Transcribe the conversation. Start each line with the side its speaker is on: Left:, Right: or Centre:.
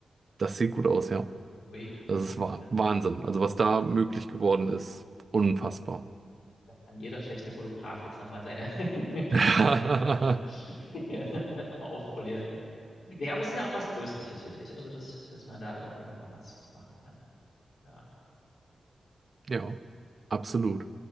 Right: das sieht gut aus, ja.
Left: Ui, na
Right: Das
Left: gut.
Right: ist Wa-
Left: Da
Right: Wahnsinn. Also was da möglich geworden ist, unfassbar.
Left: da kann jeder schlechte Fotograf jetzt nochmal seine, <laughs>
Right: <laughs>
Left: seine Bilder nochmal <laughs> aufpolieren. Nee, aber es ist ja auch was Tröstliches, finde ich. Also, dass, dass man da irgendwie nochmal was machen kann. Ja.
Right: Ja, absolut.